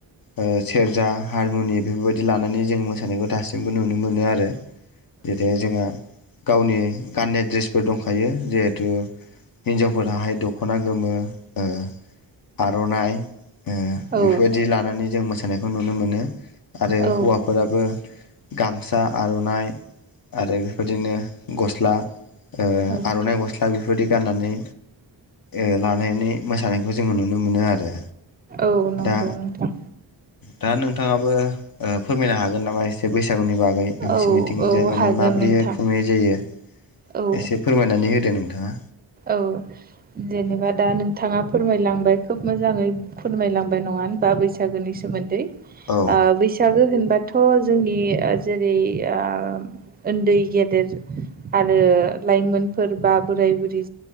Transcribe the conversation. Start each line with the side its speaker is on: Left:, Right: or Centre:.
Left: ओ सेरजा हारमुनियम बेफोरबायदि लानानै जों मोसानायखौ दासिमबो नुनो मोनो आरो। जेरै जोंहा गावनि गाननाय दड्रेसफोर दंखायो जिहेथु। हिन्जावफोरनाहाय दखना गोमो ओ आरनाइ ओ
Right: औ
Left: बेफोरबायदि लानानै जों मोसानायखौ नुनो मोनो आरो
Right: औ
Left: हौवाफोराबो गामसा आरनाइ आरो बेबायदिनो गस्ला ओ
Right: औ
Left: आरनाइ गस्ला बेफोरबायदि गाननानै ओ‌ लानानै मोसानायखौ जोङो नुनो मोनो आरो
Right: औ नंगौ
Left: दा
Right: नोंथां
Left: दा नोंथाङाबो ऐ फोरमायनो हागोन नामा एसे बैसागुनि बागै नोंसिनिथिंजाय
Right: औ औ
Left: माने
Right: हागोन
Left: माब्रैहाय
Right: नोंथां
Left: खुंनाय जायो
Right: औ
Left: एसे फोरमायनानै होदो नोंथां नोंथाङा
Right: औ जेनेबा दा नोंथाङा फोरमायलांबाय खोब मोजाङै फोरमायलांबाय नङा होन बा बैसागोनि सोमोन्दै ओ
Left: औ
Right: बैसागो होनबा थ जोंनि ओ जेरै ओ ओन्दै गेदेर आरो लाइमोनफोर बा बोराय बुरि